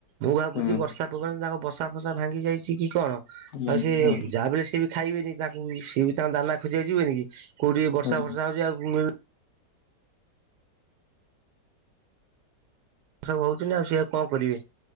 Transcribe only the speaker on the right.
ମୁଁ ଭାବୁଛି
ବର୍ଷା ପବନ୍ ତାଙ୍କ ବସା ଫସା ଭାଙ୍ଗି ଯାଇଛି କି କଣ?
ଆଉ ସେ
ଯାହା ବି ସେବି ଖାଇବେନି ତାଙ୍କୁ ସିଏ ବି ତାଙ୍କ ଦାନା ଖୋଜିଆ ଯିବେନି କି କୋଉଠି ବର୍ଷା
ଫର୍ଷା ହଉଛି ଆଉ ମି ସବୁ ହଉଛନ୍ତିି ଆଉ ସିଏ ଆଉ କ କରିବେ?